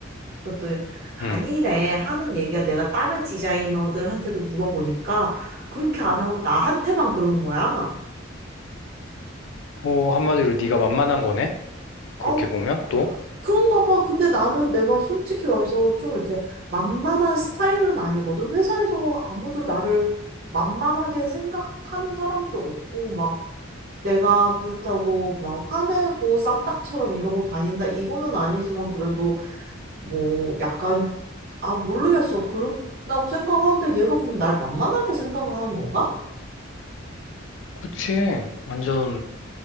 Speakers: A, on the right; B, on the left.
A: 그것 아니래
B: 응.
A: 하는 얘기야. 내가 다른 디자이너들한테도 물어보니까 그렇게 안 하고 나한테만 그런 거야.
B: 어, 한마디로 네가 만만한 거네? 그렇게
A: 어
B: 보면 또?
A: 그런가 봐. 근데 나는 내가 솔직히 말해서 좀 이렇게 만만한 스타일은 아니거든. 회사에서 아무도 나를 만만하게 생각하는 사람도 없고 막 내가 그렇다고 막 화내고 쌈딱처럼 이러고 다닌다. 이거는 아니지만 그래도 뭐 약간 아, 모르겠어. 그렇다고 생각하는데 얘가 그러면 날 만만하게 생각을 하는 건가?
B: 그치. 완전